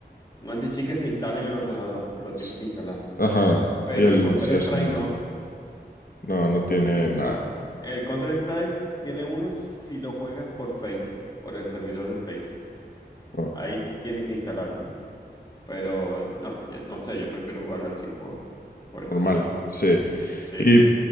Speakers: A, on the left (about 25°); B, on the left (about 55°).
A: un anti-check que se instala en el ordenador, que lo tienes
B: S-
A: que instalar.
B: Ajá,
A: pero
B: y el
A: el Counter-Strike
B: CS no,
A: no.
B: no, no
A: El,
B: tiene
A: con-
B: nada,
A: el con- el Counter-Strike tiene uno si lo juegas por Faceit, por el servidor de Faceit.
B: no,
A: Ahí tienes que instalar uno. Pero no, yo- no sé, yo prefiero jugarlo así por, por
B: normal,
A: Steam.
B: sí.
A: Sí.
B: Y